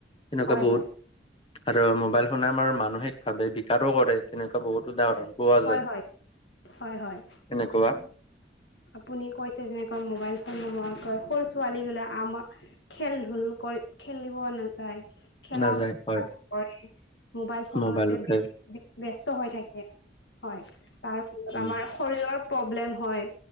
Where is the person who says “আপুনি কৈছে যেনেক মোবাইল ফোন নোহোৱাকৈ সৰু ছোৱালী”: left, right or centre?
Left